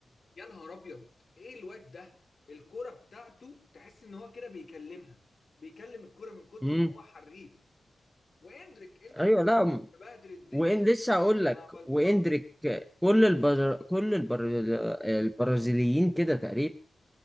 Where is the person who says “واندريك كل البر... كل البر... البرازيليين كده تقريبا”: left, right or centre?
Centre